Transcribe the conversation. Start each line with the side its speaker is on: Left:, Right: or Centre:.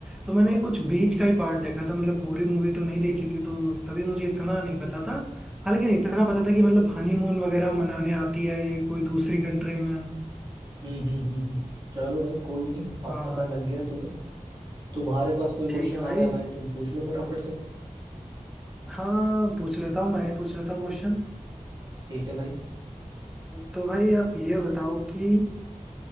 Centre: तो मैंने कुछ बीच का ही पार्ट देखा था मतलब पूरी मूवी तो नहीं देखी थी तो तभी मुझे इतना नहीं पता था हालांकि इतना पता था कि मतलब हनीमून वगैरह मनाने आती है ये कोई दूसरी कंट्री में
Right: हम्म हम्म हम्म हम्म। चलो भाई कोई नहीं अब
Centre: हाँ
Right: पता लग गया तुम्हें तुम्हारे पास कोई क्वेश्चन
Centre: ठीक है भाई
Right: आ रहा है भाई तुम पूछ लो फटाफट से
Centre: हाँ पूछ लेता हूँ मैं ही पूछ लेता हूँ क्वेश्चन
Right: ठीक है भाई
Centre: तो भाई आप ये बताओ कि